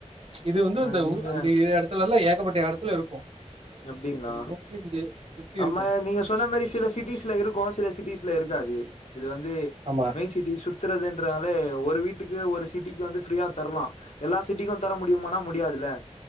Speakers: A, on the right; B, on the left.
A: இது வந்து
B: அ
A: அந்த
B: இங்க
A: ஊ அந்த ஏ எடத்துலல்லா எ அந்த எடத்துல இருக்கு
B: அப்டிங்களா,
A: மோஸ்ட்லி இந்த சுத்தி
B: ஆமா
A: இருக்கு
B: நீங்க சொன்ன மாரி சில சிட்டீஸ்ல இருக்கு சில சிட்டீஸ்ல இருக் காது இது வந்து
A: ஆமா
B: மெயின் சிட்டி சுத் துறது ன்றனாலே ஒரு வீட்டுக்கு ஒரு சிட்டிக்கு வந்து ஃப்ரீயா தரலா எல்லா சிட்டிக்கு தர முடியுமானா முடியாதுல்ல